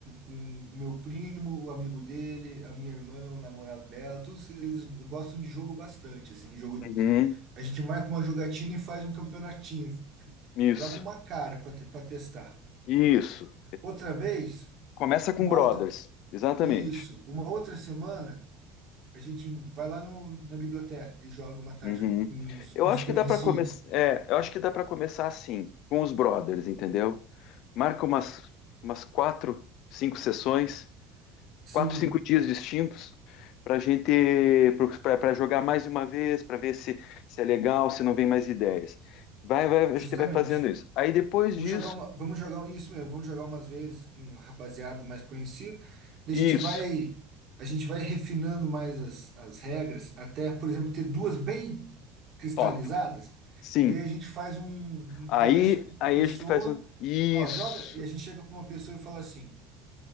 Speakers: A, on the right (about 35°); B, on the left (about 55°).
A: um, meu primo, o amigo dele, a minha irmã, o namorado dela, todos eles gostam de jogo bastante, assim, jogo.
B: uhum,
A: A gente marca uma jogatina e faz um campeonatinho,
B: isso,
A: joga uma cara para testar.
B: isso.
A: Outra vez,
B: Começa com
A: uma
B: Brothers,
A: outra,
B: exatamente.
A: isso, uma outra semana, a gente vai lá no, na biblioteca e joga uma tarde
B: Uhum.
A: com uns
B: Eu
A: desconhecidos.
B: acho que dá para começar, é, eu acho que dá para começar assim, com os Brothers, entendeu? Marca umas umas quatro, cinco sessões,
A: Sim,
B: quatro, cinco dias distintos para gente para jogar mais uma vez, para ver se se é legal, se não vem mais ideias. Vai, vai, a
A: justamente.
B: gente vai fazendo isso. Aí depois
A: Vamos
B: disso,
A: jogar uma, vamos jogar um, isso mesmo, vamos jogar umas vezes com um rapaziada mais conhecido, e
B: isso,
A: a gente vai a gente vai refinando mais as, as regras, até, por exemplo, ter duas bem cristalizadas,
B: top. Sim.
A: e daí a gente faz um, um
B: Aí,
A: teste com
B: aí
A: pessoa,
B: a gente faz um isso.
A: ó, joga, e a gente chega para uma pessoa e fala assim: